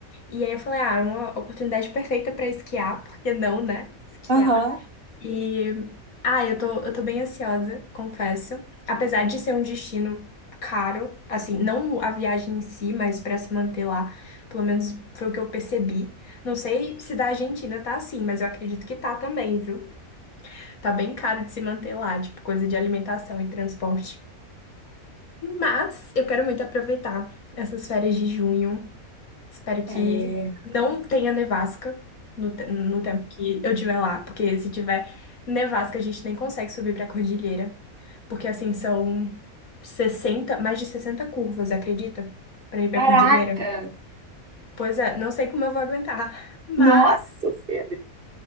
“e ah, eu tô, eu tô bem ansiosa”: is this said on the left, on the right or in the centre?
Left